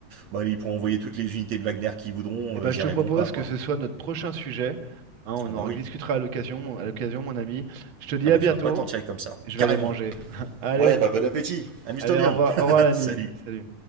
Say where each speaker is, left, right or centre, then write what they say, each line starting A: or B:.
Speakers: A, on the right (about 65°); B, on the right (about 45°).
A: bah, ils pourront envoyer toutes les unités de Wagner qu'ils voudront,
B: Et ben,
A: euh, ils
B: je
A: y
B: te
A: arriveront
B: propose
A: pas, quoi.
B: que ce soit notre prochain sujet, hein, on
A: Ah bah
B: en rediscutera
A: oui.
B: à l'occasion, mon- à l'occasion, mon ami. Je te dis
A: Ah
B: à
A: bah
B: bientôt.
A: tu vas pas t'en tirer comme ça.
B: Je
A: Carrément.
B: vais aller manger. <laughs> Allez,
A: Ouais, bah bon appétit. Amuse-toi
B: allez,
A: bien.
B: au revoir, au revoir
A: <laughs>
B: l'ami.
A: Salut.
B: Salut.